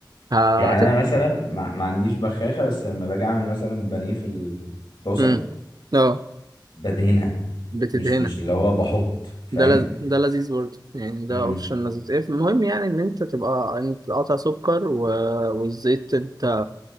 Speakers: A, on the right (about 55°); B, on the left (about 85°).
A: هت
B: يعني انا مثلا ما, ما عنديش بخاخة بس لما باجي اعمل مثلا بانيه في الطاسة
A: امم اه
B: بدهنها
A: بتدهنها
B: مش مش اللي هو بحط فاهم
A: ده لز... ده لذيذ برضه يعني ده
B: امم
A: اوبشن لذيذ إيه، المهم يعني ان انت تبقى انت تقطع سكر و... والزيت انت